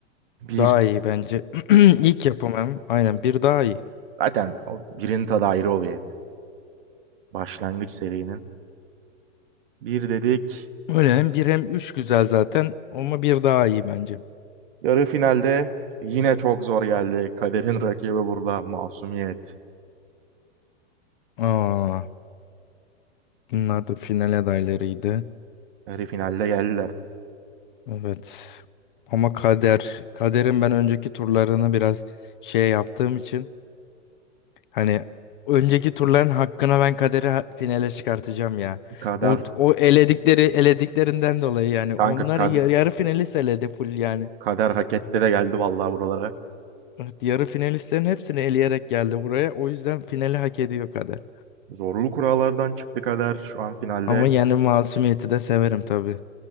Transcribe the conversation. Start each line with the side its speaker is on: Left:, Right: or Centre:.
Right: Bir
Left: Daha iyi bence. <clears throat> İlk yapımım. Aynen bir daha iyi.
Right: zaten o birinin tadı ayrı oluyor hep. Başlangıç serinin. Bir dedik.
Left: Öyle hem bir hem üç güzel zaten ama bir daha iyi bence.
Right: Yarı finalde yine çok zor geldi. Kader'in rakibi burada Masumiyet.
Left: Aa, bunlar da final adaylarıydı.
Right: Yarı finalde geldiler.
Left: Evet. Ama kader, kaderin ben önceki turlarını biraz şey yaptığım için hani önceki turların hakkına ben kaderi ha- finale çıkartacağım ya.
Right: Kader
Left: O o eledikleri elediklerinden dolayı yani
Right: kanka
Left: onlar
Right: Kader,
Left: yar- yarı finalist eledi full yani.
Right: Kader hak etti de geldi vallahi buralara.
Left: Evet, yarı finalistlerin hepsini eleyerek geldi buraya. O yüzden finali hak ediyor kader.
Right: Zorlu kurallardan çıktı Kader. Şu an finalde
Left: Ama yani masumiyeti de severim tabii.